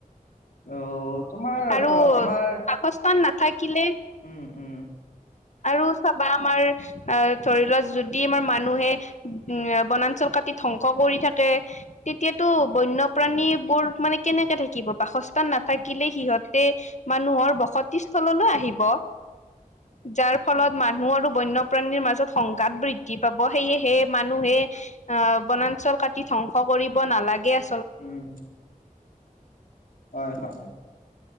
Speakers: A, on the left (about 75°); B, on the left (about 55°).
A: অ'। তোমাৰ
B: আৰু
A: ত আমাৰ
B: বাসস্থান নাথাকিলে
A: উম উম
B: আৰু চাবা আমাৰ আ ধৰি লোৱা, যদি আমাৰ মানুহে উম, বনাঞ্চল কাটি ধ্বংস কৰি থাকে তেতিয়াতো, বন্যপ্ৰাণীবোৰ মানে কেনেকে থাকিব, বাসস্থান নাথাক কিলে সিহঁতে, মানুহৰ বসতি স্থললৈ আহিব।
A: <inaudible>
B: যাৰ ফলত মানুহ আৰু বন্যপ্ৰাণীৰ মাজত সংঘাত বৃদ্ধি পাব, সেয়েহে মানুহে অ', বনাঞ্চল কাটি ধ্বংস কৰিব নালাগে, আ
A: উম, হয়, হয়।